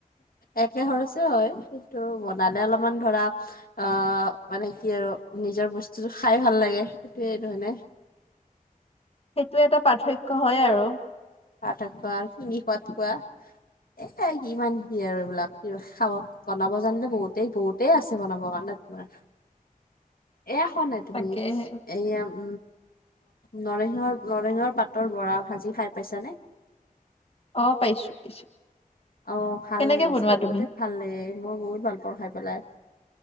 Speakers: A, on the left (about 75°); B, on the left (about 40°).
A: একে খৰচে হয় কিন্তু বনালে অলপমান ধৰা অ' মানে কি আৰু নিজৰ বস্তুটো খাই ভাল লাগে সেইটোৱে নহয় নে
B: সেইটো এটা পাৰ্থক্য হয় আৰু
A: পাথক্য আৰু কি খোৱাত কোৱা এ ইমান কি আৰু এইবিলাক খাব বনাব জানিলে বহুতেই বহুতেই আছে বনাব কাৰণে তোমাৰ এয়া খোৱা নাই তুমি
B: তাকেহে
A: এইয়া উম নৰসিংহৰ নৰসিংহৰ পাতৰ বৰা ভাজি খাই পাইছানে
B: অ পাইছো পাইছো
A: অ ভাল
B: কেনেকে
A: লাগে কৈছে
B: বনোৱা
A: মোৰ
B: তুমি
A: গোটেই ভাল লাগে মই বহুত ভাল পাওঁ খাই পেলাই